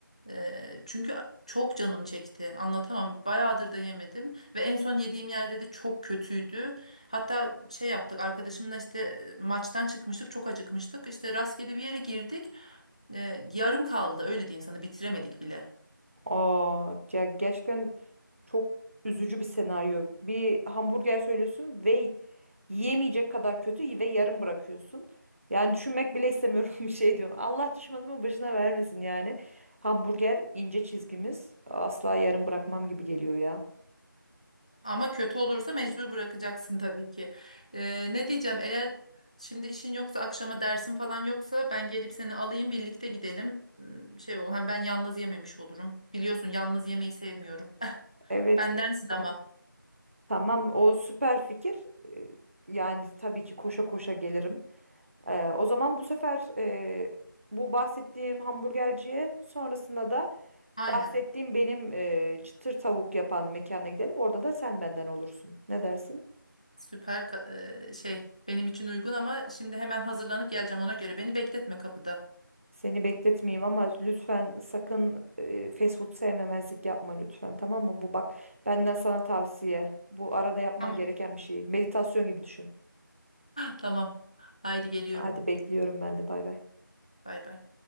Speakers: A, on the left (about 20°); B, on the right (about 40°).
A: Ee, çünkü çok canım çekti. Anlatamam. Bayağıdır da yemedim ve en son yediğim yerde de çok kötüydü. Hatta şey yaptık arkadaşımla işte e, maçtan çıkmıştık, çok acıkmıştık. İşte rastgele bir yere girdik. Ee, yarım kaldı öyle diyeyim sana bitiremedik bile.
B: Aa, ya gerçekten çok üzücü bir senaryo. Bir hamburger söylüyorsun ve yiyemeyecek kadar kötü ve yarım bırakıyorsun. Yani düşünmek bile istemiyorum <laughs> bir şey diyorum. Allah düşmanımın başına vermesin yani. Hamburger ince çizgimiz. Asla yarım bırakmam gibi geliyor ya.
A: Ama kötü olursa mecbur bırakacaksın <laughs> tabii ki. Ee, ne diyeceğim eğer şimdi işin yoksa akşama dersin falan yoksa ben gelip seni alayım birlikte gidelim. Hmm, Şey o hem ben yalnız yememiş olurum. Biliyorsun yalnız yemeyi sevmiyorum. <laughs>
B: Evet
A: Bendensin
B: biliyorum.
A: ama.
B: Tamam o süper fikir. Ee, Yani tabii ki koşa koşa gelirim. Ee, o zaman bu sefer e, bu bahsettiğim hamburgerciye sonrasında da
A: Aynen.
B: Bahsettiğim benim e, çıtır tavuk yapan mekana gidelim. Orada da sen benden olursun. Ne dersin?
A: Süper ka- e, şey benim için uygun ama şimdi hemen hazırlanıp geleceğim ona göre. Beni bekletme kapıda.
B: Seni bekletmeyeyim ama lütfen sakın e, fast food sevmemezlik yapma lütfen tamam mı? Bu bak benden sana tavsiye. Bu arada yapman
A: Tamam.
B: gereken bir şey. Meditasyon gibi düşün.
A: Tamam. Haydi geliyorum.
B: Hadi bekliyorum ben de bay bay.
A: Bay bay.